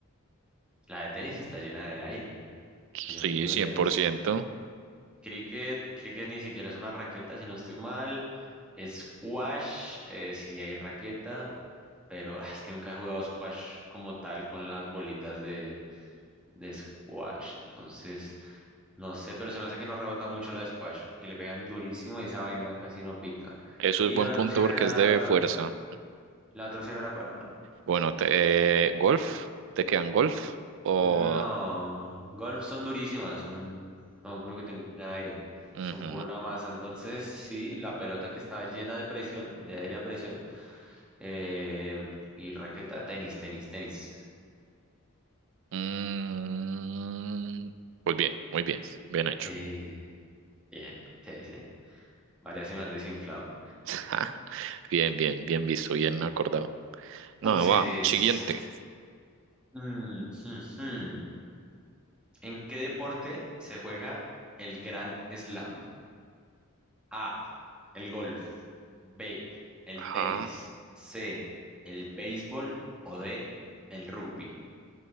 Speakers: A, in the centre; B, on the right.
A: La de tenis está llena de aire.
B: Sí,
A: Pues yo que juego
B: cien
A: tenis.
B: por ciento.
A: Cricket, cricket ni siquiera es una raqueta, si no estoy mal. Squash, eh, si hay raqueta. pero ah, es que nunca he jugado squash como tal con las bolitas de, de squash. Entonces, no sé, pero se me hace que no rebota mucho la de squash, porque le pegan durísimo y esa vaina casi no pica.
B: Eso
A: Y
B: es buen
A: la otra
B: punto
A: opción
B: porque
A: era,
B: es de fuerza.
A: ¿la otra opción era cuál? ¿Cuál?
B: Bueno, te- eh, golf, ¿te quedan golf o...?
A: No, golf son durísimas, son, no creo que tengan aire,
B: Ujú.
A: son pura masa. Entonces, sí, la pelota que estaba llena de presión, de aire a presión, eh, y raqueta, tenis, tenis, tenis.
B: Mm, pues bien, muy bien, bien hecho.
A: Eh, bien, sí, sí. Varias se me han desinflado.
B: <laughs> Bien, bien, bien visto, bien acordado. No,
A: Entonces,
B: va, siguiente.
A: mm, mm, mm. ¿En qué deporte se juega el Grand Slam? A, el golf, B, el
B: Ajá.
A: tenis, C, el béisbol o D, el rugby.